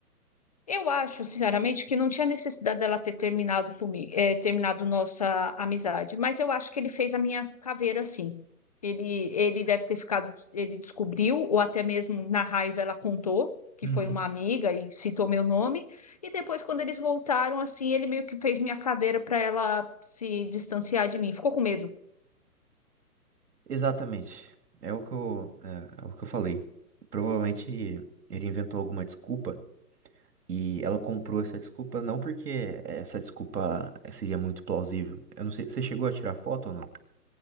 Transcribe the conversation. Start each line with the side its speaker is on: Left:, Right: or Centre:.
Left: Eu acho, sinceramente, que não tinha necessidade dela ter terminado comigo, terminado nossa amizade, mas eu acho que ele fez a minha caveira assim. Ele, ele deve ter ficado, ele descobriu, ou até mesmo na raiva ela contou que
Right: uhum.
Left: foi uma amiga e citou meu nome, e depois quando eles voltaram assim, ele meio que fez minha caveira para ela se distanciar de mim. Ficou com medo.
Right: exatamente. É o que eu, é, é o que eu falei. Provavelmente ele inventou alguma desculpa. E ela comprou essa desculpa não porque essa desculpa eh, seria muito plausível. Eu não sei, você chegou a tirar foto ou não?